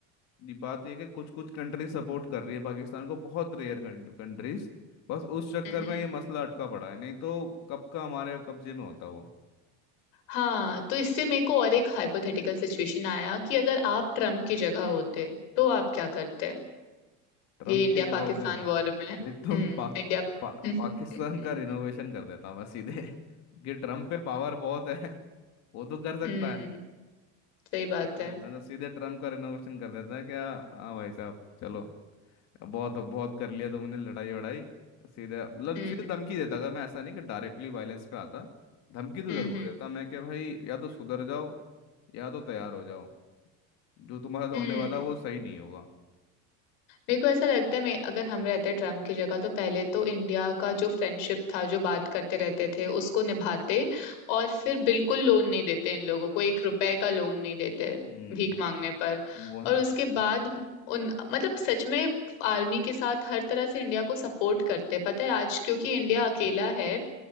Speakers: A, on the left (about 45°); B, on the left (about 80°).
A: ये बात यह है कि कुछ कुछ कंट्री सपोर्ट कर रही है पाकिस्तान को बहुत रेयर कंट्रीज बस उस चक्कर
B: हम्म।
A: में ये मसला अटका पड़ा है नहीं तो कब का हमारे कब्जे में होता वो
B: हाँ तो इससे मेरे को और एक हाइपोथेटिकल सिचुएशन आया कि अगर आप ट्रम्प की जगह होते तो आप क्या करते
A: ट्रम्प
B: ये इंडिया
A: की जगह
B: पाकिस्तान
A: होता है
B: वॉर में हम्म
A: तो एक तो पा,
B: इंडिया
A: पा,
B: <laughs>
A: पाकिस्तान का रिनोवेशन कर देता मैं सीधे <laughs> कि ट्रम्प पे पावर बहुत है वो तो कर
B: हम्म
A: सकता है
B: सही बात
A: हाँ,
B: है
A: मैं तो सीधे ट्रम्प का रिनोवेशन कर देता है क्या हाँ भाई साहब चलो अब बहुत अब बहुत कर लिया तुमने लड़ाई वड़ाई सीधे मतलब
B: हम्म
A: सीधे धमकी देता अगर मैं ऐसा नहीं कि डायरेक्टली वायलेंस पे आता धमकी तो
B: हम्म
A: जरूर
B: हम्म
A: देता मैं कि भाई या तो सुधर जाओ या तो तैयार हो जाओ जो तुम्हारे साथ
B: हम्म
A: होने वाला है, वो सही नहीं होगा
B: मेरे को ऐसा लगता है मैं अगर हम रहते ट्रम्प की जगह तो पहले तो इंडिया का जो फ्रेंडशिप था जो बात करते रहते थे उसको निभाते और फिर बिल्कुल लोन नहीं देते इन लोगों को एक रुपए का लोन नहीं देते
A: हम्म
B: भीख मांगने पर
A: वही
B: और उसके बाद उन मतलब सच में आर्मी के साथ हर तरह से इंडिया को सपोर्ट करते पता है आज क्योंकि इंडिया अकेला है